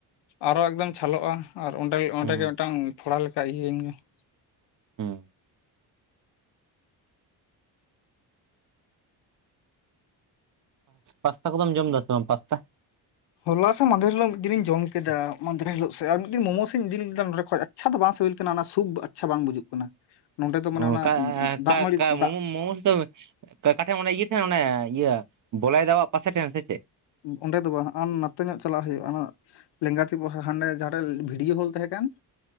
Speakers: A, on the left; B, on the right.
A: ᱟᱨᱚ ᱮᱠᱫᱚᱢ ᱪᱷᱟᱞᱚᱜᱼᱟ᱾ ᱟᱨ ᱚᱸᱰᱮ ᱚᱸᱰᱮᱜᱮ
B: ᱦᱩᱸ
A: ᱢᱤᱫᱴᱟᱝ ᱯᱷᱚᱲᱟ ᱞᱮᱠᱟ ᱤᱭᱟᱹᱭᱮᱱ ᱜᱮ. ᱾
B: ᱦᱩ ᱯᱟᱥᱛᱟ ᱠᱚᱫᱚᱢ ᱡᱚᱢ ᱮᱫᱟ ᱥᱮ ᱵᱟᱝ ᱯᱟᱥᱛᱟ
A: ᱦᱚᱞᱟ ᱥᱮ ᱢᱟᱸᱫᱷᱮᱨ ᱦᱤᱞᱳᱜ ᱢᱤᱫ ᱫᱤᱱᱤᱧ ᱡᱚᱢ ᱠᱮᱫᱟ᱾ ᱢᱟᱸᱫᱷᱮᱨ ᱦᱤᱞᱳᱜ ᱥᱮᱡ ᱟᱨ ᱢᱤᱫ ᱫᱤᱱ ᱢᱳᱢᱳᱥ ᱤᱧ ᱤᱫᱤ ᱞᱮᱫᱟ ᱱᱚᱸᱰᱮ ᱠᱷᱚᱡ᱾ ᱟᱪᱪᱷᱟ ᱫᱚ ᱵᱟᱝ ᱥᱤᱵᱤᱞ ᱠᱟᱱᱟ᱾ ᱚᱱᱟ ᱥᱩᱯ ᱟᱪᱪᱷᱟ ᱵᱟᱝ ᱵᱩᱡᱩᱜ ᱠᱟᱱᱟ᱾ ᱱᱚᱸᱰᱮ ᱫᱚ ᱢᱟᱱᱮ
B: ᱚᱝᱠᱟ
A: ᱚᱱᱟ ᱫᱟᱜ
B: ᱠᱟ-ᱠᱟ
A: ᱢᱟᱹᱲᱤ
B: ᱢᱳ-ᱢᱳᱢᱳᱥ
A: ᱫᱟᱜ
B: ᱫᱚ ᱠᱟᱴᱷᱮᱱ ᱚᱱ ᱤᱭᱟᱹ ᱴᱷᱮᱱ ᱚᱱᱮ ᱤᱭᱟᱹ ᱵᱚᱞᱟᱭ ᱫᱟ ᱣᱟᱜ ᱯᱟᱥᱮ ᱴᱷᱮᱱ ᱥᱮ ᱪᱮᱫ?
A: ᱚᱸᱰᱮ ᱫᱚ ᱵᱟᱝ᱾ ᱦᱟᱜᱼᱟ ᱱᱟᱛᱮ ᱧᱚᱜ ᱪᱟᱞᱟᱜ ᱦᱩᱭᱩᱜᱼᱟ᱾ ᱞᱮᱸᱜᱟᱛᱤ ᱦᱟᱸᱰᱮ ᱡᱟᱦᱟ ᱴᱷᱮᱡᱸ ᱵᱷᱤᱰᱭᱳ ᱦᱚᱞ ᱛᱟᱦᱮᱸ ᱠᱟᱱ᱾